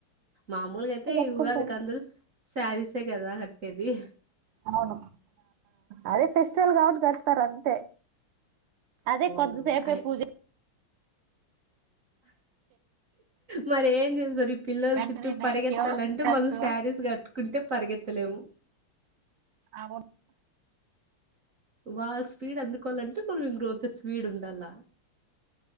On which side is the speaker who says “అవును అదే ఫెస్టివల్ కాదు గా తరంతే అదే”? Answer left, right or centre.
Right